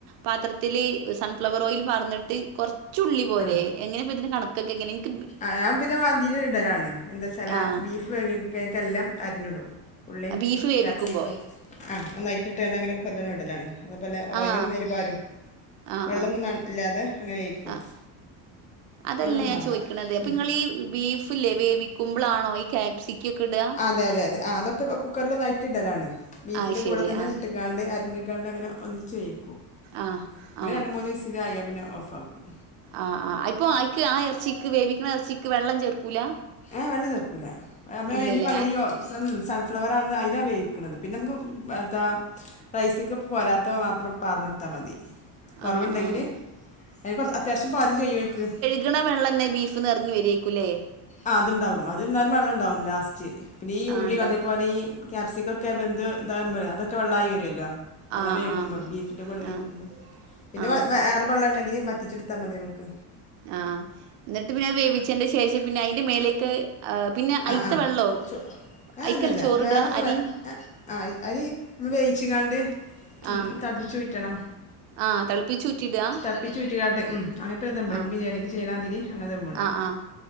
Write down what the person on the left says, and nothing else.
ആ
ആഹ് ഞാം പിന്നെ മാന്തില് ടലാണ് എന്താച്ചാല
ബീഫ് കഴ്ക്കയ്ക്കെയ്ക്കെല്ലാം അര്ഞ്ഞിടും. പുള്ളിയും
കായാപ്സിക്കോം ആഹ് ഒന്നായിട്ട്ട്ടാണ്ട് അങ്ങനെ <unintelligible> ഇടലാണ് അതുപോലെ ഓയിലും
അയല് പാരും
വെള്ളൊന്നും
മാ ഇല്ലാതെ അങ്ങനെ വേവിക്കും.
വെള്ളൊന്നും
വേണ്ട
ഉം
ആഹ് അതെ യതെ യതെ ആഹ് അതൊക്കെ ക കുക്കറിലൊന്നായിട്ട്ടലാണ്. ബീഫിൻ്റെ
കൂടെ തന്നെ
ഇട്ട് ക്കാണ്ട് അര്ഞ്ഞ്ക്കാണ്ടങ്ങനെ ഒന്നിച്ച് വേവിക്കും.
<unintelligible>
രണ്ട്, മൂന്ന് വിസ് ലായാ പിന്നെ ഓഫാക്കും.
ഏഹ് വെള്ളം ചേർക്കൂല്ല അമ്മേ
അയ്ന് പകരം ഈ ഓ സം സ ഫ്ലവറാണ് അയ്‌ലാ വേയിക്ക്ണത് പിന്നമ്മക്ക് എത്താ റൈസ്ക്ക് പോരാത്ത മാത്രം പാർന്നൊട്ത്താ മതി. കൊറവ്ണ്ടെങ്കില്
അയ്ന് കൊർ അത്യാവശ്യം പാരും ചെയ്യും അയ്ക്ക്.
ആഹ് അത് ണ്ടാവും അത് ന്നാലും വെള്ളണ്ടാവും ലാസ്റ്റ് പിന്നെ ഈ ഉള്ളി
അതേപോലെ ഈ ക്യാപ്സിക്കൊക്കെ വെന്ത് താവുമ്പഴേ അതൊക്കെ വെള്ളായി വെരൊല്ലോ. നല്ല
വേകുമ്പം
ബീഫിന്റെ കൂടെ വേവിക്കു
പിന്നെ <unintelligible>
<unintelligible> ള്ള ണ്ടെങ്കില് വറ്റിച്ച്ട്ത്താ മതി നമക്ക്.
ആഹ് ആഹ്
ചോ ഏഹ്
അല്ലല്ല
വേറെമ്മള്
വെ <unintelligible> ആഹ് യ് അരി വേയിച്ച് കാണ്ട് ഉം
തൾപ്പിച്ചൂറ്റണം.
തൾപ്പിച്ചൂറ്റിക്കാട്ട് ഉം അങ്ങനെ പിന്നെ ദംമ്ട
ബിരിയാണിക്ക് ചെയ്യ്ണാതിരി. അങ്ങനെ ദംമ്ടും